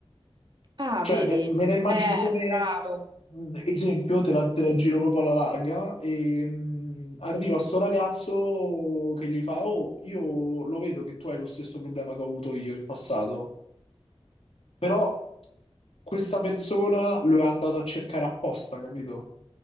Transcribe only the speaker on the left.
Cioè,
me, me la immagino
come
mh, esempio, te la, te la giro proprio alla larga, e mh, arriva sto ragazzo che gli fa, Oh, io lo vedo che tu hai lo stesso problema che ho avuto io in passato, però questa persona lo è andato a cercare apposta, capito?